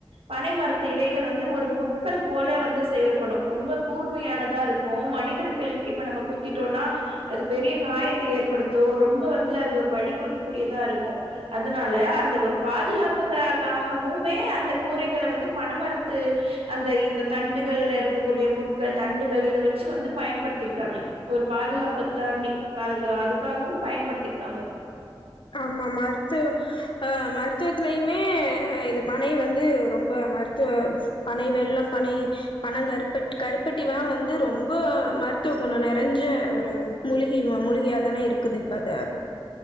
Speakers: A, on the right (about 80°); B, on the left (about 60°).
A: பனை மரத்து இலைகள் வந்து ஒரு முட்கள் போல வந்து செயல்படும் ரொம்ப கூர்மையானதா இருக் க்கு மனிதர்கள் இப்ப நம்ம குத்திட்டோனா அது பெரிய காயத்த ஏற்படுத்து ரொம்ப வந்து அது ஒரு வலி குடுக்க கூடியதா இருக்கு அதனால அந்த ஒரு பாதுகாப் ப்புக்காகவுமே அந்த கூரைகள வந்து பணமறத்து அந்த இந்த தண்டுகள்ல இருக்கக்கூடிய முட்கள் தண்டுகள் இத வச்சி வந்து பயன்படுத்தியிருக்காங்க ஒரு பாதுகாப்பு தாண்டி காதக்க அதுக்காகவு பயன்படுத்திருக்காங்க
B: ஆமா மருத்து அ மருத்துவத்திலயுமே அ இது பனை வந்து ரொம்ப மருத்துவ பனை வெள்ளம் பனை பணங் கருப்பட் கருப்பட்டிலா வந்து ரொம்ப மருத்துவகுண நறைஞ்ச ஒரு மூலிகை மா மூலிகையாாதான இருக்குது இப்ப அத